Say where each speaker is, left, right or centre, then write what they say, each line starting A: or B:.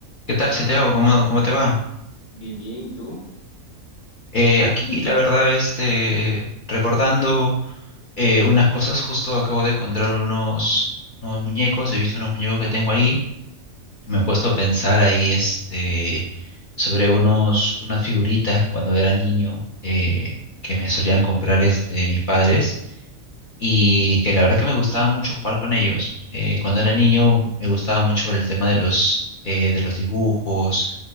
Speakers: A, on the left (about 55°); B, on the left (about 75°).
A: ¿Qué tal,
B: Hola,
A: Santiago?
B: ¿cómo?
A: ¿Cómo, cómo te va?
B: Bien, bien, ¿y tú?
A: Eh, aquí, la verdad, este, recordando eh, unas cosas, justo acabo de encontrar unos, unos muñecos, he visto unos muñecos que tengo ahí, y me he puesto a pensar ahí, este, sobre unos, unas figuritas cuando era niño eh, que me solían comprar, este, mis padres. y que la verdad que me gustaba mucho jugar con ellos. Eh, cuando era niño me gustaba mucho el tema de los, eh, de los dibujos,